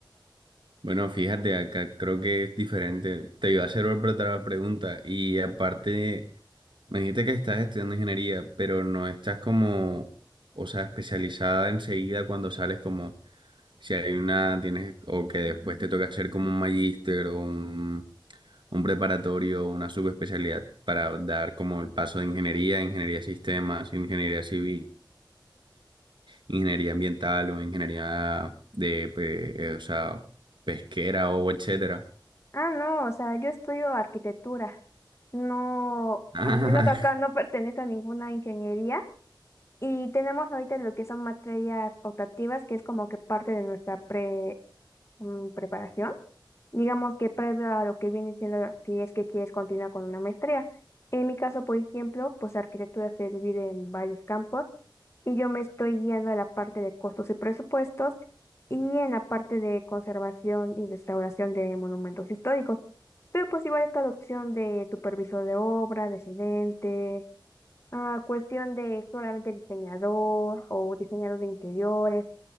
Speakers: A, on the right; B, on the left.
A: Bueno, fíjate, acá creo que es diferente. Te iba a hacer otra pregunta y aparte me dijiste que estás estudiando ingeniería, pero no estás como, o sea, especializada enseguida cuando sales como, si hay una, tienes, o que después te toca hacer como un magíster o un un preparatorio, una subespecialidad para dar como el paso de ingeniería, ingeniería de sistemas, ingeniería civil, ingeniería ambiental o ingeniería de, pe- eh, o sea, pesquera o etcétera.
B: Ah, no, o sea, yo estudio arquitectura. No,
A: <laughs>
B: al menos acá no <laughs> pertenece a ninguna ingeniería. Y tenemos ahorita lo que son materias optativas, que es como que parte de nuestra pre mm, preparación. Digamos que previo a lo que viene siendo si es que quieres continuar con una maestría. En mi caso, por ejemplo, pues arquitectura se divide en varios campos y yo me estoy guiando a la parte de costos y presupuestos y en la parte de conservación y restauración de monumentos históricos. Pero pues igual está la opción de supervisor de obra, residente, ah, cuestión de solamente diseñador o diseñador de interiores.